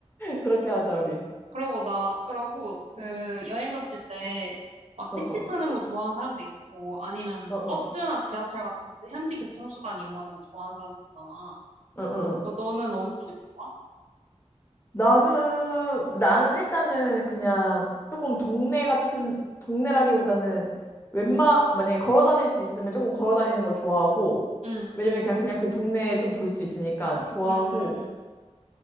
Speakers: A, on the left (about 20°); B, on the right (about 75°).
A: 그렇게 하자, 우리.
B: 그러고 나, 그러고 그 여행 갔을 때 막
A: 어,
B: 택시
A: 어,
B: 타는 거 좋아하는 사람도 있고 아니면
A: 어,
B: 뭐
A: 어,
B: 버스나 지하철 같이 현지 교통수단 이용하는 거 좋아하는 사람도 있잖아.
A: 어, 어. 어.
B: 뭐 너는 어느 쪽이 더 좋아?
A: 나는, 나는 일단은 그냥 조금 동네 같은, 동네라기보다는 웬만, 만약에 걸어 다닐 수 있으면 조금 걸어 다니는 거 좋아하고,
B: 응,
A: 왜냐면 그냥, 그냥 그 동네에 좀 볼 수 있으니까 좋아하고,
B: 응, 응,